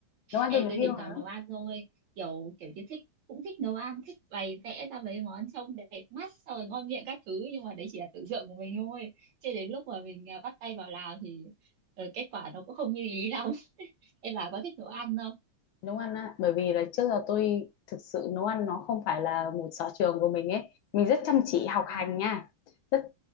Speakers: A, on the left; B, on the right.
A: nấu ăn
B: Ê,
A: cho người
B: tôi
A: yêu
B: thỉnh
A: hả?
B: thoảng nấu ăn thôi kiểu kiểu như thích cũng thích nấu ăn thích bày vẽ ra mấy món trông đẹp mắt xong rồi ngon miệng các thứ nhưng mà đấy chỉ là tưởng tượng của mình thôi chứ đến lúc mà mình à, bắt tay vào làm thì ờ, kết quả nó cũng không như ý lắm <laughs> em bà có thích nấu ăn không
A: nấu ăn á bởi vì là trước giờ tôi thực sự nấu ăn nó không phải là một sở trường của mình ấy mình rất chăm chỉ học
B: Ừ.
A: hành nha rất